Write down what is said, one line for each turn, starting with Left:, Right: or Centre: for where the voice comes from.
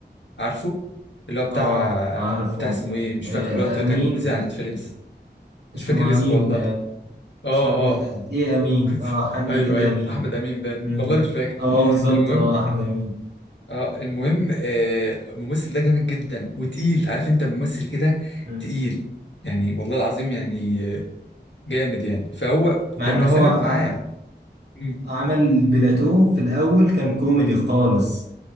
Left: عارفه اللي هو بتاع
Right: آه، عارفه
Left: بتاع اسمه ايه مش
Right: آه،
Left: فاكره اللي هو
Right: أمين
Left: كان نزل
Right: آه،
Left: على نتفليكس
Right: آه،
Left: مش
Right: اسمه
Left: فاكر اسمه
Right: أمين
Left: والله
Right: آه،
Left: اه
Right: مش عارف ايه
Left: اه
Right: إيه امين
Left: كنت
Right: اه
Left: <laughs>
Right: حاجه
Left: ايوه
Right: كده
Left: ايوه
Right: امين
Left: احمد امين باين
Right: مم.
Left: والله مش فاكر
Right: اه آه، بالظبط
Left: المهم
Right: اه احمد امين
Left: اه المهم آه الممثل ده جامد جدا وتقيل عارف انت ممثل كده
Right: مم.
Left: تقيل يعني والله العظيم يعني آه، جامد يعني فهو
Right: مع
Left: لما
Right: ان هو
Left: سند
Right: ع-
Left: معاه مم،
Right: عمل بلاتو في الاول كان كوميدي خالص